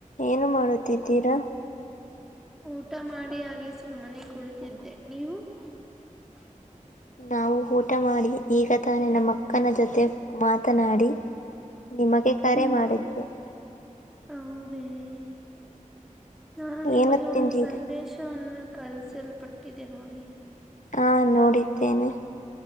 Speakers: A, on the left; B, in the centre.
A: ಏನು ಮಾಡುತ್ತಿದ್ದೀರಾ? <unintelligible>
B: ಊಟ ಮಾಡಿ ಹಾಗೆ ಸುಮ್ಮನೆ ಕುಳಿತಿದ್ದೆ ನೀವು? <unintelligible>
A: ನಾವು ಊಟ ಮಾಡಿ ಈಗ ತಾನೆ ನಮ್ಮ ಅಕ್ಕನ ಜೊತೆ ಮಾತ <unintelligible> ಮಾತನಾಡಿ ನಿಮಗೆ ಕರೆ
B: ಹ್ಮ್
A: ಮಾಡಿದ್ದೆ. <unintelligible>
B: ಹೌದೇ? <unintelligible> ನಾನು ನಿಮಗೆ
A: ಏನು ತಿಂದಿರಿ?
B: ಒಂದು ಸಂದೇಶವನ್ನು ಕಳಸಿರೂ <unintelligible> ಪಟ್ಟಿದೆ ನೋಡಿ? <unintelligible>
A: ಹಾ ನೋಡಿದ್ದೇನೆ. <unintelligible>